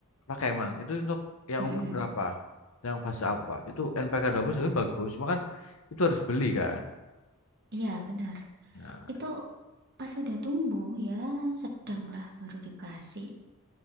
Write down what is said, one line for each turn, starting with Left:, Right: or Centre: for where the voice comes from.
Left: Pakai emang itu untuk yang
Right: Mm-mm.
Left: umur berapa? Yang fase apa? Itu NPK puluh sebenarnya bagus, cuma kan itu harus beli kan.
Right: Iya, benar.
Left: Nah,
Right: Itu pas sudah tumbuh ya, sedanglah baru dikasih